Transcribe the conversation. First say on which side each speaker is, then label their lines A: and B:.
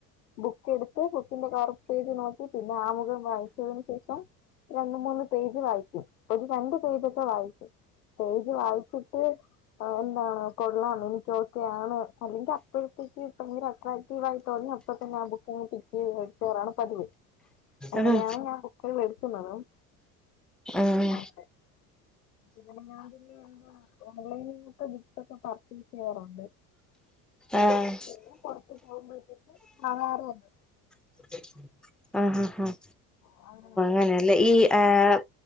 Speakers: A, on the left; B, in the centre.
A: ബുക്ക് എടുത്ത് ബുക്കിന്റെ കവർ പേജ് നോക്ക്‌ പിന്നെ ആമുഖം വായിച്ചതിന് ശേഷം രണ്ട് മൂന്ന് പേജ് വായിക്കും ഒരു രണ്ട് പേജൊക്കെ വായിക്കും പേജ് വായിച്ചിട്ട് അത് എന്താണ് കൊള്ളാം എനിക്ക് ഓക്കെയാണ് അല്ലെങ്കിൽ അപ്പോഴത്തേക്ക് കിട്ടുവെങ്കി ആക്ടീവായി തോന്നിയ അപ്പൊ തന്നെ ആ ബുക്ക്‌ ഇങ്ങ് പിക്ക് ചെയ്തു എടുക്കാറാണ് പതിവ് അങ്ങനെയാണ്
B: ആഹ്
A: ഞാൻ ബുക്കുകൾ എടുക്കുന്നതും
B: ആഹ്
A: അതെ പിന്നെ ഞാൻ പിന്നെ ഓൺലൈനിലൊക്കെ ബുക്സൊക്കെ പർച്ചേസ് ചെയ്യാറുണ്ട്
B: ആഹ്
A: ഞങ്ങൾ പൊറത്ത് പോകുമ്പോഴത്തേക്ക് ആഹാരം ഉണ്ട്
B: <inaudible> ആഹ് ഉം
A: <unintelligible>
B: അങ്ങനെയല്ലേ ഈ ആഹ്